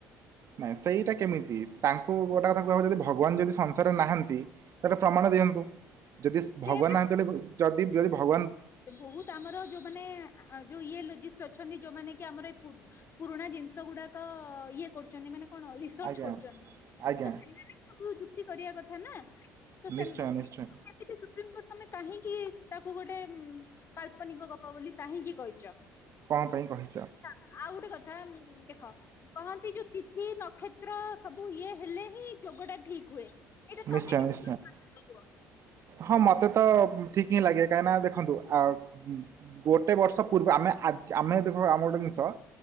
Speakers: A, on the right; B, on the left.
A: ନାଇଁ ସେଇଟା କେମିତି ତାଙ୍କୁ ଗୋଟେ କଥା କୁହା ହବ ଯଦି ଭଗବାନ ଯଦି ସଂସାରରେ ନାହାନ୍ତି। ତାର ପ୍ରମାଣ ଦିଅନ୍ତୁ। ଯଦି
B: ସେ
A: ଭଗବାନ
B: ବା
A: ନାହାଁନ୍ତି ବୋଲି ବୁ-ଯଦି <unintelligible> ଭଗବାନ।
B: ବହୁତ ଆମର ଯୋଉମାନେ ଆ, ଯୋଉ ଇଏ ଲୋଜିଷ୍ଟ ଅଛନ୍ତି ଯୋଉମାନେ କି ଆମର ଏଇ ପୂର୍ ପୁରୁଣା ଜିନିଷ ଗୁଡାକ ଇଏ କରୁଚନ୍ତି, ମାନେ କଣ ରିସର୍ଚ୍ଚ
A: ଆଜ୍ଞା।
B: କରୁଚନ୍ତି।
A: ଆଜ୍ଞା
B: ତ ସେମାନେ କୁ ଯୁକ୍ତି କରିଆ କଥା ନା। ତ
A: ନିଶ୍ଚୟ
B: ସେମା
A: ନିଶ୍ଚୟ
B: କି ସେ ସୁପ୍ରିମକୋର୍ଟ ତୋମେ କାହିଁକି ତାକୁ ଗୋଟେ ହୁଁ, କାଳ୍ପନିକ ଗପ ବୋଲି କାହିଁକି କହିଚ?
A: କଣ ପାଇଁ କହିଚ?
B: ଆଉ ଗୋଟେ କଥା ଉଁ, ଦେଖ କହନ୍ତି ଯୋଉ ତିଥି ନକ୍ଷତ୍ର ସବୁ ଇଏ ହେଲେ ହିଁ ଯୋଗ ଟା ଠିକ୍ ହୁଏ। ଏଇଟା ତମେ
A: ନିଶ୍ଚୟ,
B: କେତେ
A: ନିଶ୍ଚୟ।
B: ଗୁରୁତ୍ୱ କୁହ
A: ହଁ ମୋତେ ତ ଠିକ ହିଁ ଲାଗେ, କାହିଁକି ନା ଦେଖନ୍ତୁ ଆ, ହୁଁ, ଗୋଟେ ବର୍ଷ ପୂର୍ବ ଆମେ ଆଜ୍ ଆମେ ଦେଖ ଆମର ଗୋଟେ ଜିନିଷ